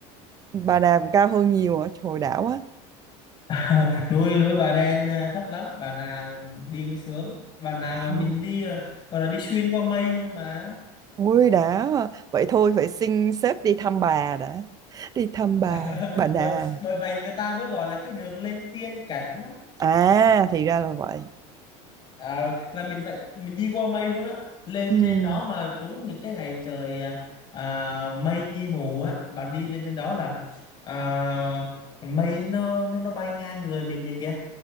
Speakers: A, on the right (about 25°); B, on the left (about 30°).
A: Bà Nà cũng cao hơn nhiều hả? Trời đảo quá.
B: <laughs> núi núi Bà Đen à, thấp lắm Bà Nà đi mới sướng Bà Nà
A: Wow.
B: mà mình đi là, gọi là đi xuyên qua mây luôn mà
A: Ui đã vậy thôi phải xin sếp đi thăm bà đã đi thăm bà
B: <laughs>
A: bà nà
B: bởi bởi vậy người ta mới gọi là cái đường lên tiên cảnh đó
A: à thì ra là vậy
B: Ờ, là mình phải mình đi qua mây luôn á lên
A: Ừm,
B: trên đó mà trúng những cái ngày trời à, à, mây mù á bạn đi lên trên đó là à, mây nó nó nó bay ngang người mình vậy kìa